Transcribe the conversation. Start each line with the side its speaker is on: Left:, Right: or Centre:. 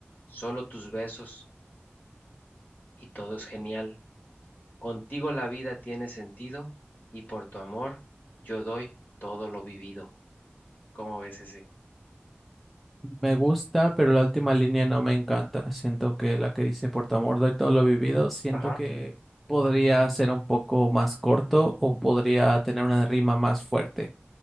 Left: solo tus besos y todo es genial. Contigo la vida tiene sentido y por tu amor yo doy todo lo vivido. ¿Cómo ves ese?
Centre: Me gusta, pero la última línea no me encanta. Siento que la que dice por tu amor doy todo lo vivido, siento
Left: Ajá.
Centre: que podría ser un poco más corto o podría tener una rima más fuerte